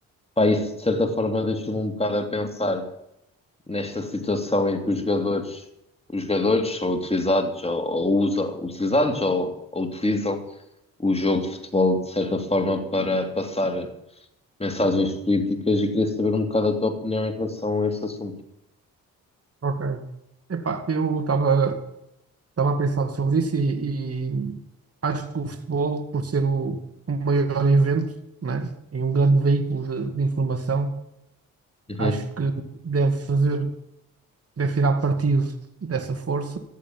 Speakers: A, on the left; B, on the right.
A: Pá, isso de certa forma deixou-me um bocado a pensar nesta situação em que os jogadores, os jogadores são utilizados ou, ou usam, utilizados ou, ou utilizam o jogo de futebol de certa forma para passar mensagens políticas e queria saber um bocado a tua opinião em relação a esse assunto.
B: ok. Epá, eu estava estava a pensar sobre isso e, e acho que o futebol, por ser o, o maior evento, né, e um grande veículo de, de informação,
A: Uhum.
B: acho que deve fazer, deve tirar partido dessa força